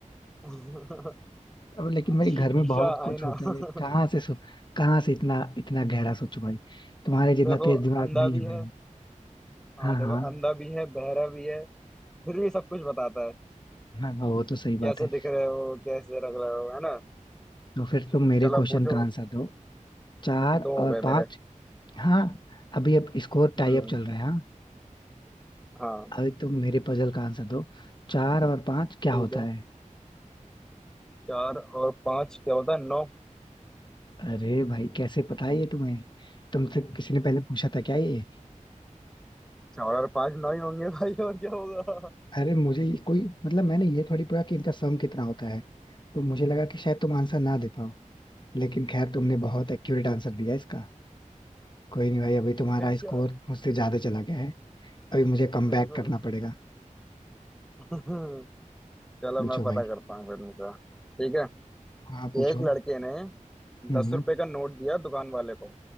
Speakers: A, in the centre; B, on the left (about 35°).
A: <laughs>
B: अब लेकिन भाई
A: शीशा
B: घर में बहुत कुछ
A: आईना
B: होता
A: <laughs>
B: है भाई कहाँ से सो कहाँ से इतना इतना गहरा सोचो भाई तुम्हारे जितना
A: देखो
B: तेज दिमाग
A: अंधा
B: नहीं है
A: भी
B: भाई
A: है
B: मेरा।
A: हाँ
B: हाँ
A: देखो
B: हाँ
A: अंधा भी है बहरा भी है फिर भी सब कुछ बताता है
B: हाँ हाँ, वो तो सही
A: कि
B: बात
A: कैसे
B: है
A: दिख रहे हो कैसे रख रहे हो है ना
B: तो फिर तुम मेरे
A: चलो
B: क्वेश्चन
A: पूछो
B: का आंसर दो चार
A: दो हो
B: और
A: गए
B: पांच
A: मेरे
B: हाँ अभी अब स्कोर टाई
A: हम्म
B: अप चल रहा है हाँ
A: हाँ
B: अभी तुम मेरे पजल का आंसर दो चार और पांच क्या
A: ठीक
B: होता
A: है
B: है
A: चार और पांच क्या होता है नौ
B: अरे भाई कैसे पता है ये तुम्हें तुमसे किसी ने पहले पूछा था क्या ये
A: चार और पांच नौ ही होंगे भाई और क्या होगा
B: अरे मुझे ये कोई मतलब मैंने ये थोड़ी पढ़ा कि इनका सम कितना होता है तो मुझे लगा कि शायद तुम आंसर ना दे पाओ लेकिन खैर तुमने बहुत एक्यूरेट आंसर दिया इसका कोई नहीं भाई अभी तुम्हारा
A: <laughs> अच्छा
B: स्कोर मुझसे ज्यादा चला गया है अभी मुझे कम
A: बिल्कुल
B: बैक करना पड़ेगा
A: <laughs> हम्म, चलो
B: पूछो
A: मैं पता
B: भाई
A: करता हूँ फिर मुझे ठीक है
B: हाँ पूछो
A: एक लड़के ने
B: हम्म
A: दस रुपए का नोट दिया दुकान वाले को